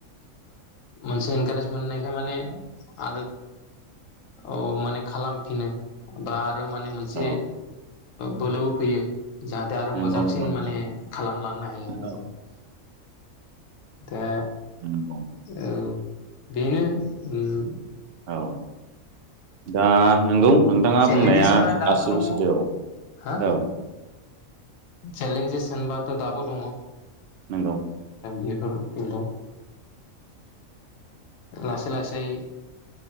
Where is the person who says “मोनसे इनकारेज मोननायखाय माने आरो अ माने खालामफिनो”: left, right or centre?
Left